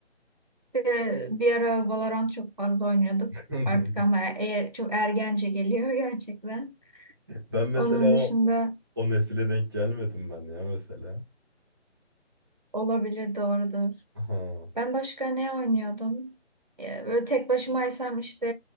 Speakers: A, on the right; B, in the centre.
A: e, bir ara Valorant çok fazla oynuyorduk.
B: <laughs>
A: Artık ama e, eğer çok ergence geliyor <laughs> gerçekten.
B: Ben mesela
A: Onun
B: o,
A: dışında
B: o nesile denk gelmedim ben ya mesela.
A: olabilir doğrudur.
B: Ha,
A: Ben başka ne oynuyordum? Ee, Böyle tek başımaysam işte